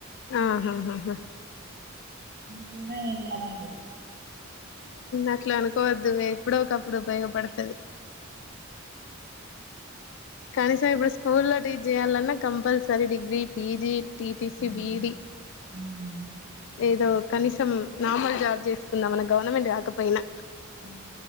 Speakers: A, on the left; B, on the right.
A: ఆహా ఆహా
B: ఇంగా ఏం లాభమో
A: అట్ల అనుకోద్ ద్ మే ఎప్పుడో ఒక అప్పుడు ఉపయోగపడతది కనీసం ఇప్పుడు స్కూల్ల్లో టీచ్ చేయాలన్నా కంపల్సరీ డిగ్రీ పీజీ టిటిసి
B: అవును.
A: బిఈడి
B: హ్మ్.
A: ఏదో కనీసం నార్మల్ జాబ్ చేసుకుందాం మన గవర్నమెంట్ కాకపోయినా
B: ఊ